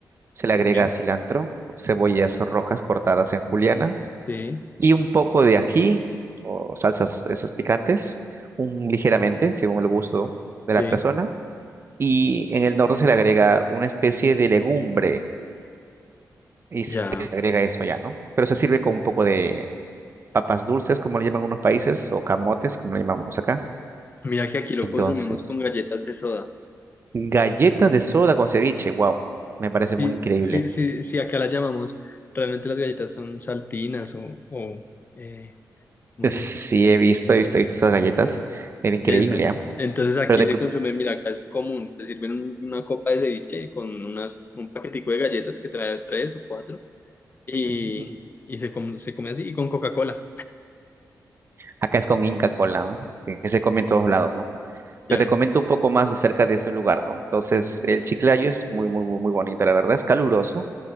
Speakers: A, on the right; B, on the left.
A: Se le agrega
B: Sí,
A: cilantro, cebollas rojas cortadas en juliana
B: sí,
A: y un poco de ají o salsas esas picantes, un ligeramente, según el gusto de
B: sí,
A: la persona. Y en el norte se le agrega una especie de legumbre y
B: ya.
A: se le agrega eso ya, ¿no? Pero se sirve con un poco de papas dulces, como le llaman en unos países, o camotes, como le llamamos acá.
B: Mira que aquí lo
A: Entonces,
B: consumimos con galletas de soda.
A: galleta de soda con ceviche, wow, me parece
B: Sí,
A: muy increíble.
B: sí, sí, sí, acá las llamamos, realmente las galletas son saltinas o, o eh, ¿cómo
A: Sí,
B: se llama?
A: he visto, he visto, he visto esas galletas, era increíble,
B: Esas.
A: ¿ah?
B: Entonces aquí
A: Pero te
B: se
A: cu-
B: consume, mira, acá es común, te sirven un- una copa de ceviche con unas, un paquetico de galletas que trae tres o cuatro y,
A: Mm.
B: y se, com- se come así y con Coca-Cola.
A: acá es con Inca Cola, ¿no? Que se come en todos lados, ¿no? Pero
B: Ya,
A: te comento un poco más de cerca de este lugar, ¿no? Entonces, el Chiclayo es muy, muy, muy, muy bonito, la verdad. Es caluroso,